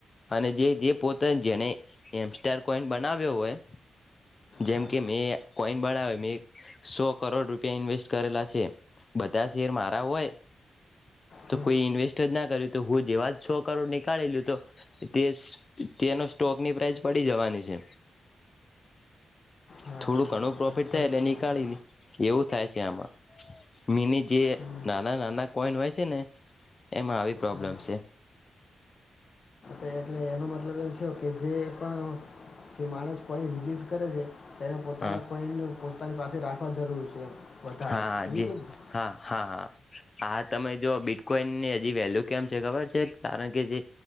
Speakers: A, on the left (about 30°); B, on the left (about 45°).
A: અને જે જે પોતે જેને એમસ્ટાર કોઈન બનાવ્યો હોય. જેમ
B: હા
A: કે મેં કોઈન બનાવે મેં સો કરોડ રૂપિયા ઇન્વેસ્ટ કરેલા છે બધા શેર મારા હોય. તો
B: હમ.
A: કોઈ ઇન્વેસ્. જ ના કર્યું તો હું જેવા જ સો કરોડ નીકાળી લું તો તે તેનો સ્ટોકની પ્રાઇસ પડી જવાની છે.
B: હા
A: થોડું
B: હા હા.
A: ઘણું પ્રોફિટ
B: સમજ્યો
A: થાય એટલે નીકાળી
B: સમજ્યો
A: એવું થાય છે આમાં મિની જે
B: હમ
A: નાના નાના કોઈન હોય છે ને એમાં આવી પ્રોબ્લેમ
B: હા
A: છે.
B: એટલે એનો મતલબ એમ છે કે જે પણ જે માણસ કોઈન રિલીઝ કરે છે. તેને પોતાના
A: હા
B: કોઈન તાની પાસે રાખવા જરૂર છે. વધારે
A: હા હા
B: એવી રીતે
A: જે
B: જ ને
A: હા હા હા. હા તમે જો બીટકોઈનની હજી વેલ્યુ કેમ છે ખબર છે કારણ કે જે